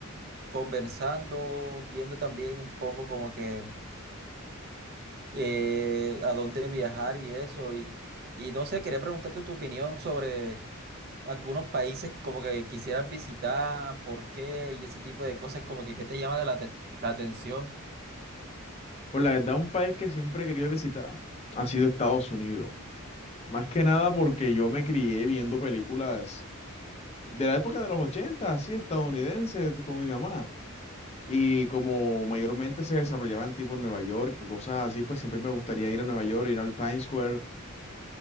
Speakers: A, on the right (about 45°); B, on the left (about 30°).
A: conversando, viendo también un poco como que eh, a dónde viajar y eso, y, y no sé, quería preguntarte tu opinión sobre algunos países como que quisieras visitar, por qué y ese tipo de cosas, como que qué te llama de la, te- la atención.
B: Pues la verdad, un país que siempre he querido visitar ha sido Estados Unidos. Más que nada porque yo me crié viendo películas de la época de los 80, así estadounidenses, con mi mamá. Y como mayormente se desarrollaban tipo en Nueva York y cosas así, pues siempre me gustaría ir a Nueva York, ir al Times Square,